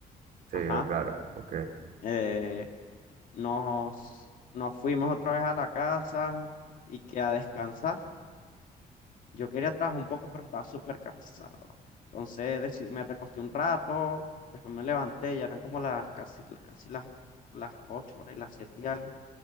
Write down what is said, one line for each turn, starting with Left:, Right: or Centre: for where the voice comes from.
Right: Sí,
Left: Ajá.
Right: claro. Ok,
Left: Eh, nos, nos fuimos otra vez a la casa y que a descansar. Yo quería trabajar un poco, pero estaba súper cansado. Entonces decidí, me recosté un rato, después me levanté, ya eran como las casi, casi las, las ocho, por ahí, las siete y algo.